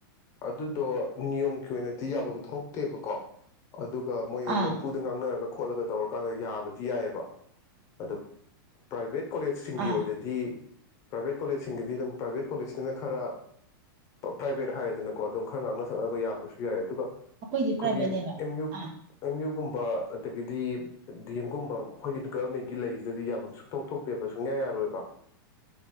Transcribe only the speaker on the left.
ꯑꯗꯨꯗꯣ ꯅꯤꯌꯣꯝꯒꯤ ꯑꯣꯏꯅꯗꯤ ꯌꯥꯕꯝ ꯊꯣꯛꯇꯦꯕꯀꯣ ꯑꯗꯨꯒ ꯃꯣꯏ
ꯅꯝꯐꯨꯗ ꯉꯥꯡꯅꯔꯒ ꯈꯣꯠꯂꯒ ꯇꯧꯔꯀꯥꯟꯗ ꯌꯥꯕꯗꯤ ꯌꯥꯏꯌꯥꯕ ꯑꯗꯣ ꯄ꯭ꯔꯥꯏꯚꯦꯠ ꯀꯣꯂꯦꯖꯁꯤꯡꯒꯤ
ꯑꯣꯏꯅꯗꯤ ꯄ꯭ꯔꯥꯏꯚꯦꯠ ꯀꯣꯂꯦꯖꯁꯤꯡꯒꯤꯗꯤ ꯑꯗꯨꯝ ꯄ꯭ꯔꯥꯏꯚꯦꯠ ꯀꯣꯂꯦꯖꯅꯤꯅ ꯈꯔ ꯄ꯭ꯔꯥꯏꯚꯦꯠ ꯍꯥꯏ ꯑꯗꯨꯅꯀꯣ ꯑꯗꯨꯝ ꯈꯔ ꯉꯥꯡꯅ ꯁꯛꯅꯕ ꯌꯥꯕꯁꯨ ꯌꯥꯏ ꯑꯗꯨꯒ
ꯈꯨꯒꯤ
ꯑꯦꯝ ꯌꯨ
ꯑꯦꯝ ꯌꯨꯒꯨꯝ ꯑꯗꯒꯤꯗꯤ ꯗꯤ ꯑꯦꯝꯒꯨꯝꯕ ꯑꯈꯣꯏꯒꯤ ꯒꯃꯦꯟꯒꯤ ꯂꯩꯖꯤꯗꯗꯤ ꯌꯥꯕꯝ ꯁꯨꯡꯊꯣꯛ ꯊꯣꯛꯇꯦꯕ ꯁꯨꯡꯌꯥ ꯌꯥꯔꯣꯏꯕ